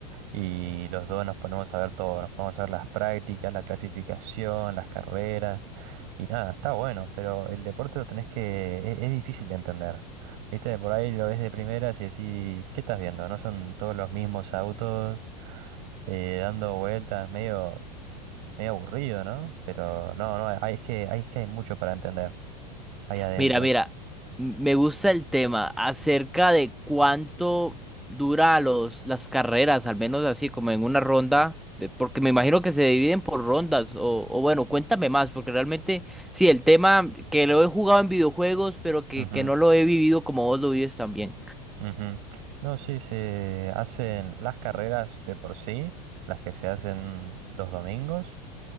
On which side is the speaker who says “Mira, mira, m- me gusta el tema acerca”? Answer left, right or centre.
Centre